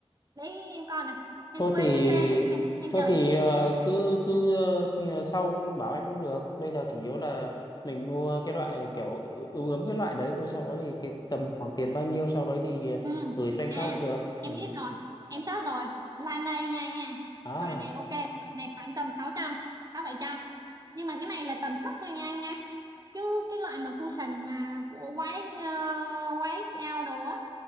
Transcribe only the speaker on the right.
đấy em coi nè em
quên
mất tên rồi đây này anh
chờ em
ừ.
à
em biết rồi em search rồi là này nha nha
loại này ok loại này khoảng tầm sáu trăm sáu bảy trăm nhưng mà cái này là tầm thấp thôi nha anh nha chứ cái loại mà cushion mà của YX, ờ, YXL đồ á